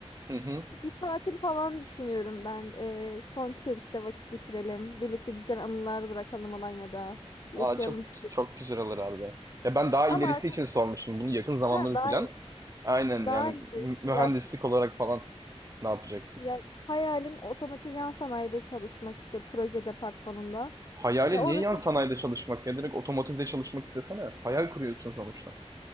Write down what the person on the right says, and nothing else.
Hı hı.
Aa çok
çok güzel olur abi. Ya ben daha ilerisi
için sormuştum. Bunu yakın zamanlı
bir plan.
Aynen
yani
mü- mühendislik
olarak falan ne yapacaksın?
Hayali
niye yan
sanayide çalışmak ya direkt otomotivde çalışmak istesene. Hayal kuruyorsun sonuçta.